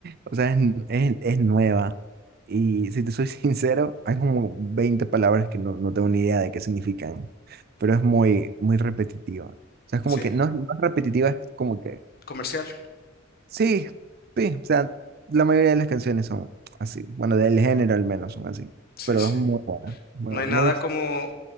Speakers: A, on the right (about 50°); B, on the left (about 50°).
A: O sea, es, es, es nueva. Y si te soy <laughs> sincero, hay como 20 palabras que no, no tengo ni idea de qué significan, pero es muy, muy repetitiva. O sea, es como
B: Sí,
A: que no, es no es repetitiva, es como que
B: comercial.
A: sí, sí, o sea, la mayoría de las canciones son así. Bueno, del género al menos son así,
B: Sí,
A: pero
B: sí.
A: es muy buena, muy
B: No
A: buena.
B: hay nada
A: Me gusta.
B: como...